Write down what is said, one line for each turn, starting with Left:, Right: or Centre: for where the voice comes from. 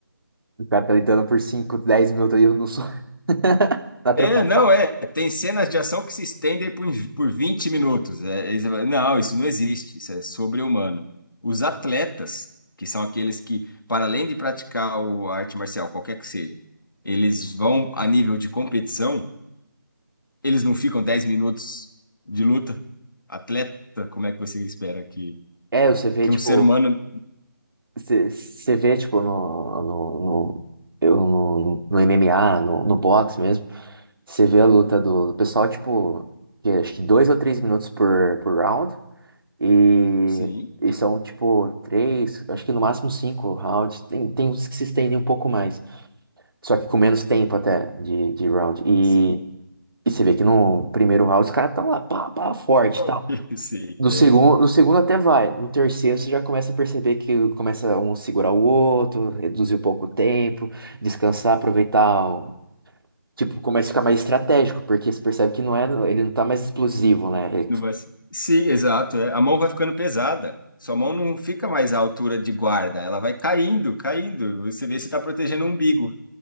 Right: O cara tá lutando por 5 10 minutos aí no suor, <laughs> na troca
Left: É, não, é. Tem cenas de ação que se estendem por, por 20 minutos. É, aí você fala, não, isso não existe, isso é sobre-humano. Os atletas, que são aqueles que, para além de praticar o- a arte marcial, qualquer que seja, eles vão a nível de competição, eles não ficam 10 minutos de luta. Atleta, como é que você espera que,
Right: É, você vê,
Left: que
Right: tipo,
Left: um ser humano.
Right: você você vê, tipo, no, no, no, eu, no, no- no MMA, no, no boxe mesmo, você vê a luta do, do pessoal, tipo, que acho que dois ou três minutos por, por round, e,
Left: Sim,
Right: e são, tipo, três, acho que no máximo cinco rounds, tem, tem uns que se estendem um pouco mais. Só que com menos tempo até de, de round. E,
Left: sim,
Right: e você vê que no primeiro round os caras estão lá, pá, pá, forte
Left: <laughs>
Right: e tal.
Left: sim,
Right: No
Left: é.
Right: segundo, no segundo até vai. No terceiro você já começa a perceber que começa um a segurar o outro, reduzir um pouco o tempo, descansar, aproveitar. o- Tipo, começa a ficar mais estratégico, porque você percebe que não é, ele não tá mais explosivo, né? Ele-
Left: Não vai ser. Sim, exato. é. A mão vai ficando pesada. Sua mão não fica mais à altura de guarda, ela vai caindo, caindo. Você vê se está protegendo o umbigo.